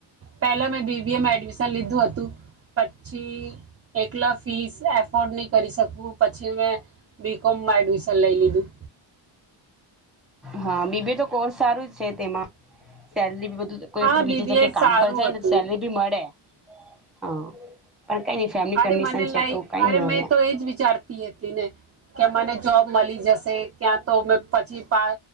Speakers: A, on the right; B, in the centre.
A: પેલા મેં બી બીએમાં એડમિશન લીધું હતું પછી એકલા ફીસ એફોર્ડ ની કરી શકવું, પછી મેં બી કોમમાં એડમિશન લઈ લીધું.
B: હા, બીબીએ તો કોર્સ સારું જ છે તેમાં સેલરી બ દુદ કોઈપડે
A: હા
B: બીજે
A: બીબીએ
B: જગ્યાએ કામ
A: સારું
B: પર જાય
A: હતું
B: ને તો સેલરી બી મળે. હા. પણ કઈ નઈ ફેમિલી
A: અરે,
B: કન્ડિશન
A: મને
B: છે
A: લાઈ
B: તો કઈ
A: અરે
B: નઈ હવે
A: મેં તો એજ વિચારતી હતી ને કે મને જોબ મલી જશે ત્યાં તો મે પછી પા